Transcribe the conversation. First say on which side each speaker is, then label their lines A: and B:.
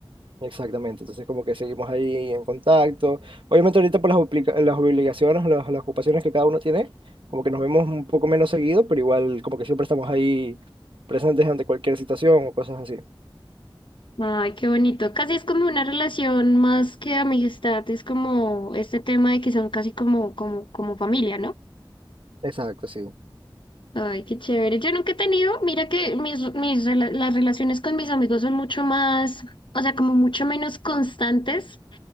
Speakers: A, on the right; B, on the left.
A: Exactamente, entonces como que seguimos ahí en contacto. Obviamente ahorita por las, obliga- las obligaciones, las, las ocupaciones que cada uno tiene, como que nos vemos un poco menos seguido, pero igual como que siempre estamos ahí presentes ante cualquier situación o cosas así.
B: Ay, qué bonito. Casi es como una relación más que amistad, es como este tema de que son casi como, como, como familia, ¿no?
A: Exacto, sí.
B: Ay, qué chévere. Yo nunca he tenido, mira que mis, mis rela- las relaciones con mis amigos son mucho más, o sea, como mucho menos constantes,